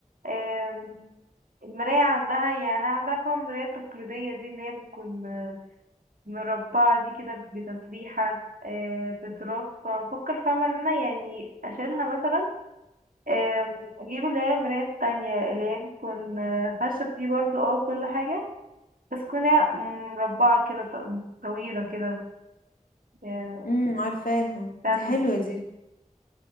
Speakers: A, on the right; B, on the left.
A: آم، المراية عندها يعني عندها فيها المراية التقليدية دي اللي هي بتكون آه، مربعة دي كده بتسريحة آه، بدراج فبفكر فاهمة ان انا يعني اشيلها مثلا آم، اجيب اللي هي المراية التانية اللي هي بتكون آه، خشب دي برضو اه كل حاجة بس تكون هي مربعة كده ط- طويلة كده يعني
B: امم عارفاها
A: ستاند
B: دي حلوة دي